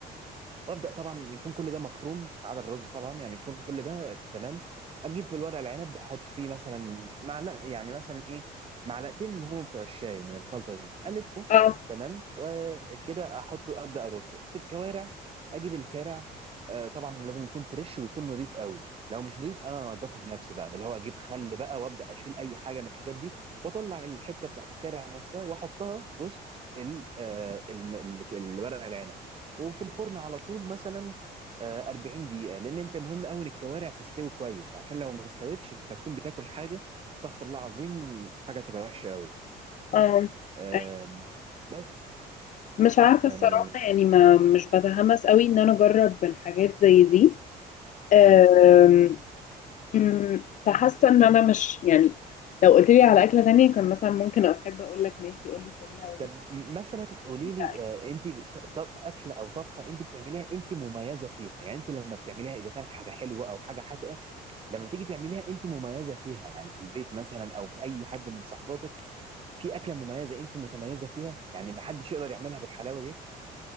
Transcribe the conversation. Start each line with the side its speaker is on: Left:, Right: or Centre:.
Right: وابدا طبعا يكون كل ده مفروم ما عدا الرز طبعا يعني يكون كل ده تمام اجيب الورق العنب احط فيه مثلا معلقه يعني مثلا ايه معلقتين من هم بتوع الشاي من الخلطه دي الفه
Left: اه
Right: تمام وكده احطه ابدا ارصه في الكوارع اجيب الكارع آه طبعا لازم يكون فريش ويكون نظيف قوي لو مش نظيف انا انضفه بنفسي بقى اللي هو اجيب خل بقى وابدا اشيل اي حاجه من الحاجات دي واطلع الحته بتاعت الكارع نفسها واحطها وسط ال- آه، الم- ال- الورق العنب وفي الفرن على طول مثلا آه، 40 دقيقة لأن أنت مهم أوي إن الكوارع تستوي كويس عشان لو ما استوتش أنت هتكون بتاكل حاجة استغفر الله العظيم حاجة تبقى وحشة أوي
Left: اه
Right: آم،
Left: أي.
Right: بس
Left: مش عارفة
Right: يعني
Left: الصراحة يعني ما مش بتحمس قوي إن أنا أجرب الحاجات زي دي أم،
Right: مم.
Left: أمم، فحاسة إن أنا مش يعني لو قلت لي على أكلة تانية كان مثلا ممكن أحب أقول لك ماشي قول لي الطريقة
Right: طب مثلا قولي
Left: وكده
Right: لي آه، أنت بت- طب أكلة أو طبخة أنت بتعمليها أنت مميزة فيها يعني أنت لما بتعمليها إذا كانت حاجة حلوة أو حاجة حادقة لما تيجي تعمليها أنت مميزة فيها يعني في البيت مثلا أو في أي حد من صحباتك في أكلة مميزة أنت متميزة فيها يعني ما حدش يقدر يعملها بالحلاوة دي